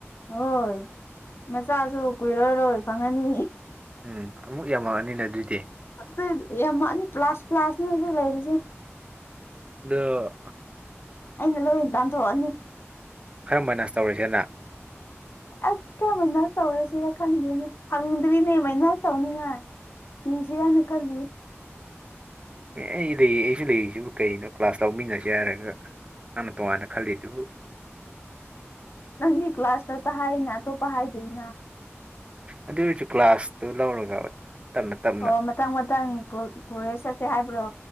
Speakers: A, on the left; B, on the right.
A: ꯍꯣꯏ ꯃꯆꯥꯁꯨ ꯀꯨꯏꯔꯔꯣꯏ ꯐꯪꯉꯅꯤ
B: ꯎꯝ ꯑꯃꯨꯛ ꯌꯥꯝꯃꯛꯑꯅꯤꯅꯦ ꯑꯗꯨꯗꯤ
A: ꯑꯗꯨ ꯌꯥꯝꯃꯛꯅꯤ ꯄ꯭ꯂꯥꯁ ꯄꯂ꯭ꯁꯅꯤ ꯍꯧꯖꯤꯛ ꯂꯩꯔꯤꯁꯦ
B: ꯗꯣ
A: ꯑꯩꯅ ꯂꯣꯏ ꯇꯥꯟꯊꯣꯛꯑꯅꯤ
B: ꯈꯔ ꯃꯥꯏꯅꯁ ꯇꯧꯔꯒꯦꯅ
A: ꯑꯁ ꯀꯃꯥꯏꯅ ꯇꯧꯔꯁꯤꯔ ꯈꯪꯗꯦꯅꯦ ꯐꯪꯗ꯭ꯔꯤꯅꯦ ꯃꯥꯏꯅꯁ ꯇꯧꯅꯤꯉꯥꯏ ꯏꯖꯤꯔꯅ ꯀꯜꯂꯤꯌꯦ
B: ꯑꯩ ꯂꯩ ꯑꯩꯁꯨ ꯂꯩꯔꯤꯖꯤꯕꯨ ꯀꯩꯅꯣ ꯀ꯭ꯂꯥꯁ ꯂꯧꯃꯤꯟꯅꯁꯦ ꯍꯥꯏꯔꯒ ꯅꯪꯅ ꯇꯣꯉꯥꯟꯅ ꯈꯜꯂꯤꯗꯨꯕꯨ
A: ꯅꯪꯗꯤ ꯀ꯭ꯂꯥꯁꯇꯥꯇ ꯍꯥꯏꯅ ꯑꯇꯣꯞꯄ ꯍꯥꯏꯗꯦꯅ
B: ꯑꯗꯨ ꯑꯩꯖꯨ ꯀ꯭ꯂꯥꯁꯇꫭ ꯂꯧꯔꯒ ꯇꯞꯅ ꯇꯞꯅ
A: ꯑꯣ ꯃꯊꯪ ꯃꯊꯪ ꯄꯣ ꯄꯣꯏꯁ ꯆꯠꯁꯦ ꯍꯥꯏꯕ꯭ꯔꯣ